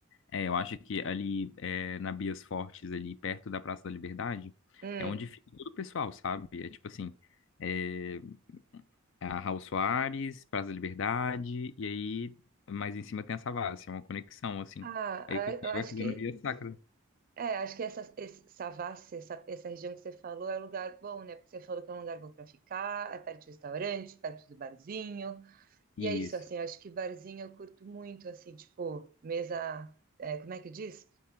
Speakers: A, on the left (about 60°); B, on the right (about 40°).
A: é, eu acho que ali é, na Bias Fortes, ali perto da Praça da Liberdade,
B: Hum.
A: é onde fica todo o pessoal, sabe? É tipo assim, é, a Raul Soares, Praça da Liberdade, e aí mais em cima tem a Savassi, é uma conexão, assim.
B: Ah,
A: Aí o pessoal
B: ah, eu acho
A: vai fazendo
B: que,
A: via sacra.
B: é, acho que essa, esse, Savassi, essa, essa região que você falou é um lugar bom, né? Porque você falou que é um lugar bom para ficar, é perto do restaurante, perto do barzinho.
A: Isso,
B: E é isso, assim, acho que barzinho eu curto muito, assim, tipo, mesa, é, como é que diz?